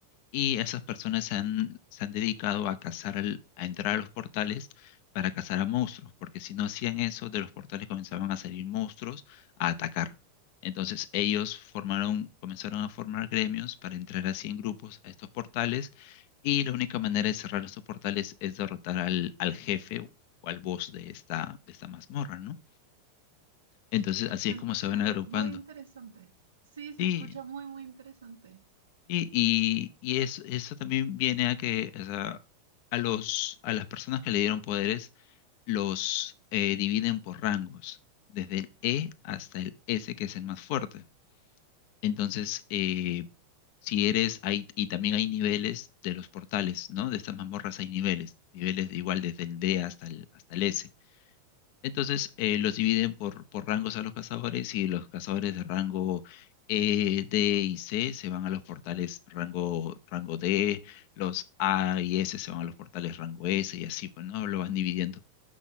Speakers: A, on the left; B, on the right.
A: y esas personas se han, se han dedicado a cazar, al- a entrar a los portales para cazar a monstruos, porque si no hacían eso, de los portales comenzaban a salir monstruos a atacar. Entonces ellos formaron, comenzaron a formar gremios para entrar así en grupos a estos portales y la única manera de cerrar estos portales es derrotar al, al jefe o al boss de esta, de esta mazmorra, ¿no? Entonces así
B: se
A: es como
B: escucha
A: se van agrupando.
B: muy interesante. Sí, se
A: Sí,
B: escucha muy, muy interesante.
A: Y, y, y es- eso también viene a que o sea, a los, a las personas que le dieron poderes los eh, dividen por rangos, desde el E hasta el S, que es el más fuerte. Entonces, eh, si eres, hay, y también hay niveles de los portales, ¿no? De estas mazmorras hay niveles, niveles de igual desde el D hasta el, hasta el S. Entonces eh, los dividen por, por rangos a los cazadores y los cazadores de rango eh, D y C se van a los portales rango, rango D, los A y S se van a los portales rango S y así, pues no lo van dividiendo.